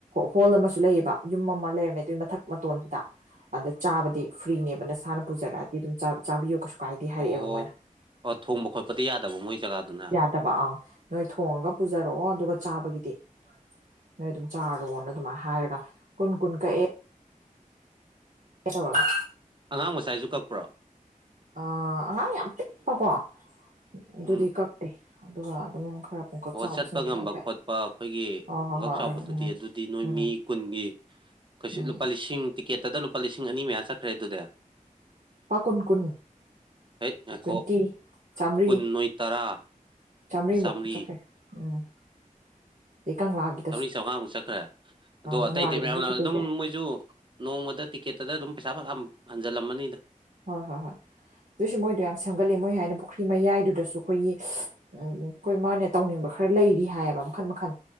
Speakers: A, on the right; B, on the right.
A: ꯍꯣꯜ ꯑꯃꯁꯨ ꯂꯩꯌꯦꯕ ꯌꯨꯝ ꯑꯃ ꯂꯩꯔꯝꯃꯦ ꯑꯗꯨꯏ ꯃꯊꯛ ꯃꯇꯣꯟꯗꯨꯗꯥ ꯑꯗ ꯆꯥꯕꯗꯤ ꯐ꯭ꯔꯤꯅꯦꯕ ꯅꯁꯥꯅ ꯄꯨꯖꯔꯛꯑꯗꯤ ꯑꯗꯨꯝ ꯆꯥ ꯆꯥꯕꯤꯌꯣ ꯀꯩꯁꯨ ꯀꯥꯏꯗꯦ ꯍꯥꯏꯔꯛꯑꯦꯕ
B: ꯑꯣ
A: ꯃꯣꯏꯅ
B: ꯑꯣ ꯊꯣꯡꯕ ꯈꯣꯠꯄꯗꯤ ꯌꯥꯗꯕ ꯃꯣꯏ ꯖꯒꯥꯗꯨꯅ
A: ꯗꯕ ꯑꯥ ꯅꯣꯏ ꯊꯣꯡꯉꯒ ꯄꯨꯖꯔꯛꯑꯣ ꯑꯗꯨꯒ ꯆꯥꯕꯒꯤꯗꯤ ꯅꯣꯏ ꯑꯗꯨꯝ ꯆꯥꯔꯣꯅ ꯑꯗꯨꯃꯥꯏ ꯍꯥꯏꯔꯒ ꯀꯨꯟ ꯀꯨꯟ ꯀꯛꯑꯦ ꯀꯦ ꯇꯧꯔꯒ
B: ꯑꯉꯥꯡ ꯃꯆꯥꯏꯖꯨ ꯀꯛꯄ꯭ꯔꯣ
A: ꯑ ꯑꯉꯥꯡ ꯌꯥꯝ ꯄꯤꯛꯄꯀꯣ ꯑꯗꯨꯗꯤ
B: ꯎꯝ
A: ꯀꯛꯇꯦ ꯑꯗꯨꯒ ꯑꯗꯨꯝ ꯈꯔ ꯄꯨꯡꯀꯛ
B: ꯑꯣ
A: ꯆꯥꯎꯕꯁꯤꯡꯗꯤ
B: ꯆꯠꯄ ꯉꯝꯕ
A: ꯂꯣꯏ ꯀꯛꯑꯦ
B: ꯈꯣꯠꯄ ꯑꯈꯣꯏꯒꯤ
A: ꯍꯣꯏ ꯍꯣꯏ
B: ꯄꯨꯡꯉꯛ
A: ꯍꯣꯏ
B: ꯆꯥꯎꯕꯗꯨꯗꯤ
A: ꯎꯝ
B: ꯑꯗꯨꯗꯤ ꯅꯣꯏ
A: ꯎꯝ
B: ꯃꯤ ꯀꯨꯟꯒꯤ ꯀꯩꯁꯨ
A: ꯎꯝ
B: ꯂꯨꯄꯥ ꯂꯤꯁꯤꯡ ꯇꯤꯛꯀꯦꯠꯇꯗ ꯂꯨꯄꯥ ꯂꯤꯁꯤꯡ ꯑꯅꯤ ꯃꯌꯥ ꯆꯠꯈ꯭ꯔꯦ ꯑꯗꯨꯗꯤ
A: ꯂꯨꯄꯥ ꯀꯨꯟ ꯀꯨꯟ
B: ꯍꯦꯠ ꯉꯥꯏꯈꯣ
A: ꯇ꯭ꯋꯦꯟꯇꯤ ꯆꯥꯝꯃ꯭ꯔꯤ
B: ꯀꯨꯟ ꯅꯣꯏ ꯇꯔꯥ
A: ꯆꯥꯝꯃ꯭ꯔꯤꯃꯨꯛ
B: ꯆꯥꯝꯃꯔꯤ
A: ꯆꯠꯈ꯭ꯔꯦ ꯎꯝ ꯗꯩ ꯀꯪꯂꯥꯒꯤ
B: ꯆꯥꯃ꯭ꯔꯤ ꯆꯥꯎꯉꯥꯃꯨꯛ ꯆꯠꯈ꯭ꯔꯦ ꯑꯗꯣ
A: ꯀꯪꯂꯥꯒꯤꯗꯁꯨ
B: ꯑꯇꯩ ꯑꯇꯩ ꯃꯌꯥꯝ
A: ꯇꯤꯀꯦꯠ
B: ꯑꯗꯨꯝ
A: ꯀꯛꯑꯦ
B: ꯃꯣꯏꯖꯨ ꯅꯣꯡꯃꯗ ꯇꯤꯛꯀꯦꯠꯇꯗ ꯑꯗꯨꯝ ꯄꯩꯁꯥ ꯐꯅꯥꯝ ꯍꯟꯖꯜꯂꯝꯃꯅꯤꯗ
A: ꯍꯣꯏ ꯍꯣꯏ ꯍꯣꯏ ꯑꯗꯨꯑꯣꯏꯁꯨ ꯃꯣꯏꯗꯣ ꯌꯥꯝ ꯁꯦꯝꯒꯠꯂꯤ ꯃꯣꯏ ꯍꯥꯏꯅꯦ ꯄꯨꯈ꯭ꯔꯤ ꯃꯌꯥꯏꯗꯨꯗꯁꯨ ꯑꯈꯣꯏꯒꯤ ꯎꯝ ꯑꯩꯈꯣꯏ ꯃꯣꯏꯅ ꯇꯧꯅꯤꯡꯕ ꯈꯔ ꯂꯩꯔꯤ ꯍꯥꯏꯌꯦꯕ ꯃꯈꯟ ꯃꯈꯟ